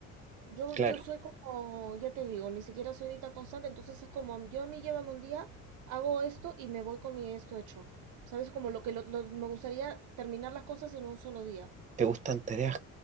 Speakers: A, on the right (about 75°); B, on the right (about 25°).
A: Yo,
B: Claro,
A: yo soy como, ya te digo, ni siquiera soy ni tan constante, entonces es como, yo me llévame un día, hago esto y me voy con mi esto hecho. ¿Sabes? Como lo que lo- lo- me gustaría terminar las cosas en un solo día.
B: te gustan tareas